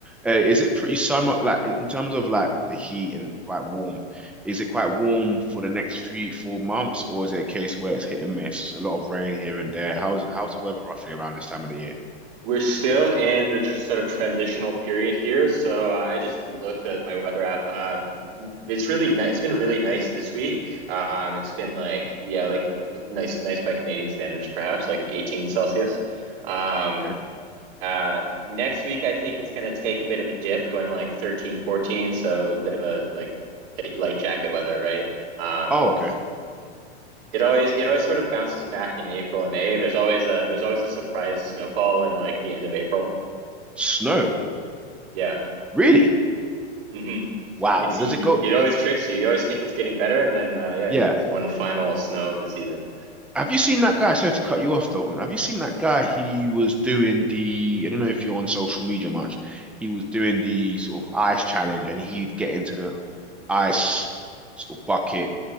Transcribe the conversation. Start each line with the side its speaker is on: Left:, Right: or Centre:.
Centre: Uh, is it pretty summer, like in terms of like the heat and quite warm? Is it quite warm for the next three, four months, or is it a case where it's hit and miss, a lot of rain here and there? How's how's the weather roughly around this time of the year?
Right: We're still in the tr sort of transitional period here, so I just looked at my weather app. Uh, it's really nice. It's been really nice this week. Um, it's been like yeah, like uh, nice, nice by Canadian standards, perhaps like 18 Celsius. Um,
Centre: Okay.
Right: uh, next week I think it's gonna take a bit of a dip, going like 13, 14. so a bit of a like light light jacket weather, right? Um,
Centre: Oh, okay.
Right: it always it always sort of bounces back in April and May. There's always a there's always a surprise snowfall in like the end of April.
Centre: Snow.
Right: Yeah.
Centre: Really?
Right: Mm-hmm.
Centre: Wow.
Right: It's
Centre: Does
Right: it,
Centre: it go?
Right: it always tricks you. You always think it's getting better, and then uh, yeah,
Centre: Yeah.
Right: there's one final snow of the season.
Centre: Have you seen that guy? Sorry to cut you off, Dalton. Have you seen that guy? He was doing the, I don't know if you're on social media much. He was doing the sort of ice challenge and he'd get into the ice sort of bucket,